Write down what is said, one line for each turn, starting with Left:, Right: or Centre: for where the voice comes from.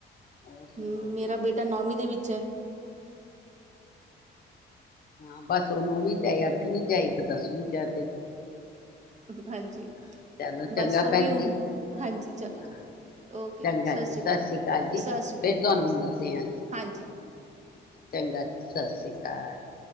Left: ਹੋਰ ਸੁਣਾਓ
Right: ਹੂੰ ਮੇਰਾ
Left: ਤੁਸੀਂ
Right: ਬੇਟਾ ਨੌਵੀਂ ਦੇ ਵਿੱਚ ਐ।
Left: ਹਾਂ, ਬਸ ਉਹ ਨੌਵੀਂ ਚ ਆ, ਅੱਠਵੀਂ ਚ ਆ, ਇੱਕ ਦਸਵੀਂ ਚ ਆ।
Right: ਹਾਂਜੀ,
Left: ਹਾਂ ਚਲੋ
Right: ਬਸ
Left: ਚੰਗਾ
Right: ਉਹ
Left: ਭੈਣ
Right: ਵੀ ਹੁਣ
Left: ਜੀ
Right: ਹਾਂਜੀ, ਚਲੋ
Left: ਹਾਂ
Right: ਜੀ ਓ ਕੇ
Left: ਚੰਗਾ
Right: ਜੀ ਸਤਿ
Left: ਸਤਿ ਸ੍ਰੀ ਅਕਾਲ ਜੀ,
Right: ਸਤਿ ਸ਼੍ਰੀ ਅਕਾਲ
Left: ਫੇਰ ਤੁਹਾਨੂੰ ਮਿਲਦੇ ਹਾਂ ਅਸੀਂ।
Right: ਹਾਂਜੀ,
Left: ਚੰਗਾ ਜੀ, ਸਤਿ ਸ੍ਰੀ ਅਕਾਲ। ਹਾਂ।